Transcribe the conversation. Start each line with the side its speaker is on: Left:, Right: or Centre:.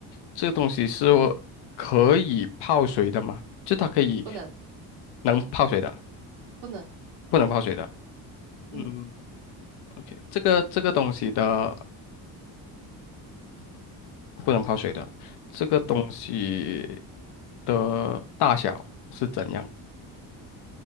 Left: 这个东西是可以泡水的吗？就它可以
Right: 不能
Left: 能泡水的，
Right: 不能，
Left: 不能泡水的。
Right: 嗯
Left: 嗯，，OK，这个这个东西的不能泡水的，这个东西
Right: 嗯，
Left: 的大小是怎样？